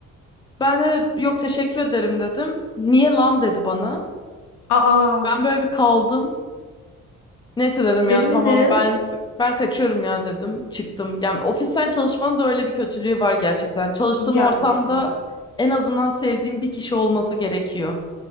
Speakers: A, on the left; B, on the left.
A: Ben de yok teşekkür ederim dedim. Niye lan dedi bana.
B: Aa,
A: Ben böyle bir kaldım. Neyse dedim ya
B: deli
A: tamam
B: mi ne?
A: ben ben kaçıyorum ya dedim. Çıktım. Yani ofisten çalışmanın da öyle bir kötülüğü var gerçekten. Çalıştığın
B: İyi yapmışsın.
A: ortamda en azından sevdiğin bir kişi olması gerekiyor.